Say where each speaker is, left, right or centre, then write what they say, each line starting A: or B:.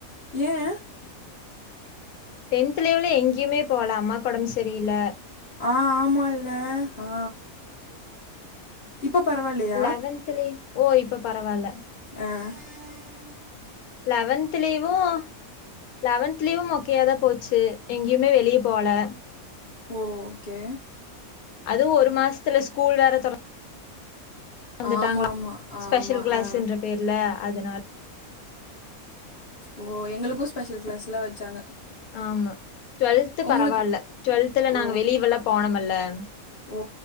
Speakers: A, on the left; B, on the left.
A: ஏன்
B: டென்த்லெவல எங்கேயுமே போல அம்மா குடம்பு சரியல
A: ஆ ஆமால ஆ இப்போ பரவாயில்லையா
B: லெவன்த்தல ஓ இப்போ பரவாயில்ல
A: <inaudible>
B: லெவன்த் லீவும் லெவன்த் லீவும் மொக்கையாத்தான் போச்சு எங்கேயுமே வெளியே போல
A: ஓ ஓகே
B: அதுவும் ஒரு மாசத்துல ஸ்கூல் வேற தொட வந்துட்டாங்களா
A: ஆமா ஆமா ஆமா
B: ஸ்பெஷல் கிளாஸ்ன்ற
A: ஆ
B: பேர்ல அதனால்
A: ஓ எங்களுக்கும் ஸ்பெஷல் கிளாஸ்லாம் வச்சாங்க
B: ஆமா டுவெல்த்
A: உங்களுக்கு
B: பரவாயில்ல டுவெல்தல
A: ஓ
B: நாங்க வெளியவெல்லாம் போனோமல்ல ல
A: ஓ